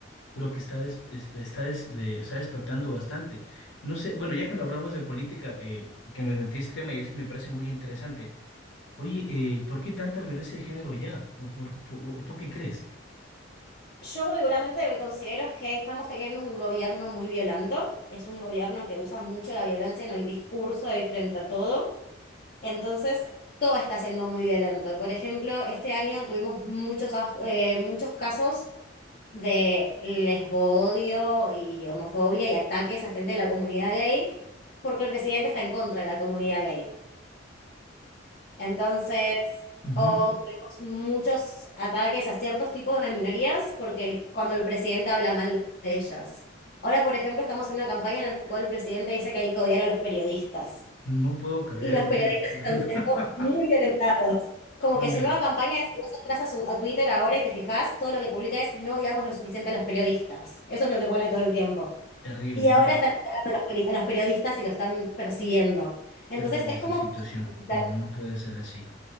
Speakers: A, on the left; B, on the left.
A: lo que está, des- es- está, des- de- está despertando bastante. No sé, bueno, ya que no hablamos de política, eh, que me metí en este tema y es- me parece muy interesante. Oye, eh, ¿por qué tanta violencia de género ya? ¿O por, por- o tú qué crees?
B: Yo particularmente lo que considero es que estamos teniendo un gobierno muy violento, es un gobierno que usa mucho la violencia en el discurso y frente a todo. Entonces, todo está siendo muy violento. Por ejemplo, este año tuvimos muchos, aj- eh, muchos casos de lesbodio y homofobia y ataques a gente de la comunidad gay, porque el presidente está en contra de la comunidad gay. Entonces,
A: Ujú.
B: o tuvimos muchos ataques a ciertos tipos de minorías, porque cuando el presidente habla mal de ellas. Ahora, por ejemplo, estamos en una campaña en la cual el presidente dice que hay que odiar a los periodistas.
A: No puedo creerlo,
B: Y los periodistas
A: mira, por
B: están
A: ejemplo,
B: siendo
A: <laughs>
B: muy violentados. Como
A: no,
B: que
A: mira,
B: su nueva campaña es, si vos entras a, su, a Twitter ahora y te fijás, todo lo que publica es no odiamos lo suficiente a los periodistas. Eso es lo que pone todo el tiempo.
A: terrible,
B: Y ahora
A: mira,
B: están atacando a los, poli- a los periodistas y lo están persiguiendo. Entonces
A: terrible
B: es
A: esa
B: como
A: situación.
B: que
A: No, no puede ser así.